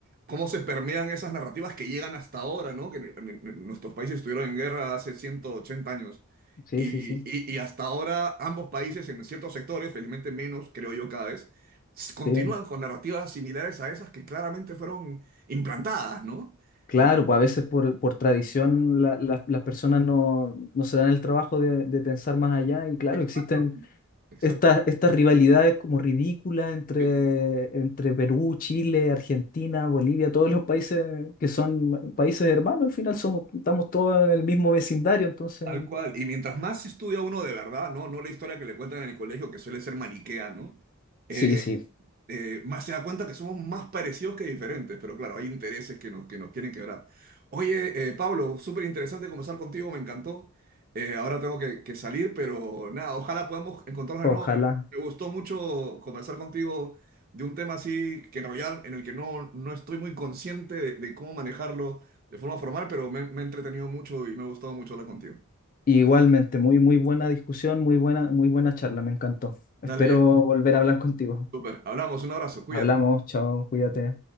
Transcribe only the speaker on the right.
cómo se permean esas narrativas que llegan hasta ahora, ¿no? Que en- en- en nuestros países estuvieron en guerra hace 180 años.
Y,
y- y hasta ahora ambos países en ciertos sectores, felizmente menos, creo yo cada vez, s- continúan
con narrativas similares a esas que claramente fueron implantadas, ¿no?
En-
Exactamente.
Exactamente.
sí.
Tal cual. Y mientras más estudia uno de verdad, ¿no? No la historia que le cuentan en el colegio, que suele ser maniquea, ¿no? Eh,
eh, más se da cuenta que somos más parecidos que diferentes, pero claro, hay intereses que nos, que nos quieren quebrar. Oye, eh, Pablo, súper interesante conversar contigo, me encantó. Eh, ahora tengo que, que salir, pero nada, ojalá podamos encontrarnos
de nuevo. Me, me gustó mucho conversar contigo de un tema así que en realidad en el que no, no estoy muy consciente de, de cómo manejarlo de forma formal, pero me, me he entretenido mucho y me ha gustado mucho hablar contigo.
Dale, viejo,
súper. Hablamos, un abrazo, cuídate.